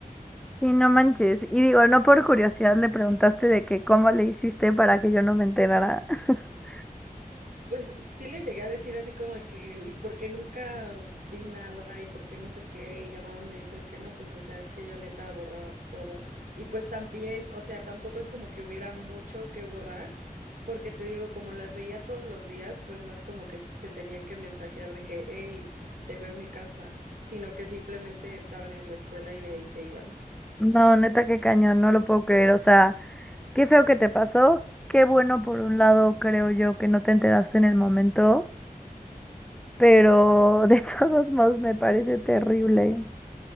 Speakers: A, in the centre; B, on the right.
A: Y no manches. Y digo, no por curiosidad le preguntaste de que cómo le hiciste para que yo no me enterara. <laughs>
B: Pues sí le llegué a decir así como de que, ¿y por qué nunca vi nada? ¿Y por qué no sé qué? Y ya nada más me dijo de que no, pues o sea, es que yo neta borraba todo. Y pues también, o sea, tampoco es como que hubiera mucho que borrar, porque te digo, como las veía todos los días, pues no es como que se tenían que mensajear de que, hey, te veo en mi casa, sino que simplemente estaban en la escuela y de ahí se iban.
A: No, neta, qué cañón, no lo puedo creer. O sea, Qué feo que te pasó. Qué bueno por un lado, creo yo, que no te enteraste en el momento, pero de <laughs> todos modos me parece terrible.